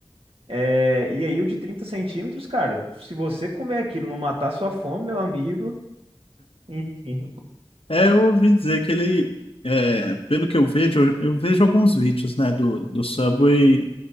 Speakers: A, on the right; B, on the left.
A: É, e aí, o de 30 centímetros, cara, se você comer aquilo e não matar sua fome, meu amigo. <laughs> Enfim.
B: É, eu ouvi dizer que ele, é, pelo que eu vejo, eu vejo alguns vídeos, né, do, do Subway